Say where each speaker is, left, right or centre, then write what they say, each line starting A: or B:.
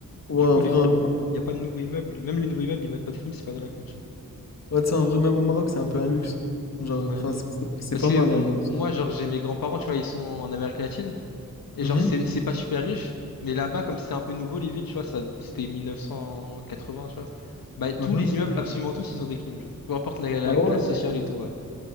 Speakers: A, on the left; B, on the left.
A: Ouais,
B: Du
A: un
B: coup,
A: vrai,
B: les- il
A: un-
B: n'y a pas de nouveaux immeubles. Même les nouveaux immeubles, ils mettent pas de clim, c'est pas dans la culture.
A: ouais, tu sais, en vrai, même au Maroc, c'est un peu un luxe. Genre,
B: Ouais.
A: enfin, c'est c'est- c'est
B: Parce
A: pas
B: que
A: mal
B: m-
A: un luxe.
B: moi, genre, j'ai mes grands-parents, tu vois, ils sont en Amérique latine. Et
A: Mhm,
B: genre, c'est c'est pas super riche, mais là-bas, comme c'est un peu nouveau, les villes, tu vois, ça, c'était 1980, tu vois. Bah, tous
A: mhm.
B: les immeubles, absolument tous, ils ont des clims, genre. Peu importe la, la
A: Ah ouais?
B: classe sociale et tout, ouais.